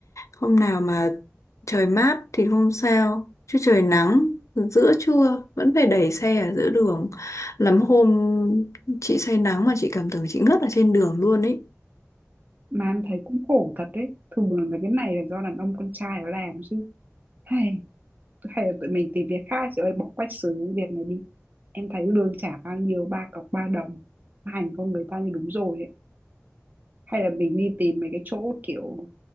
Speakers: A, on the left; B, on the right.
A: hôm nào mà trời mát thì không sao chứ trời nắng giữa trưa vẫn phải đẩy xe ở giữa đường lắm hôm chị say nắng mà chị cảm tưởng chị ngất ở trên đường luôn ấy
B: mà em thấy cũng khổ thật đấy thường là cái này là do đàn ông con trai nó làm chứ hay hay là tụi mình tìm việc khác chị ơi bỏ quách xứ việc này đi em thấy lương trả bao nhiêu ba cọc ba đồng hành con người ta như đúng rồi ấy hay là mình đi tìm mấy cái chỗ kiểu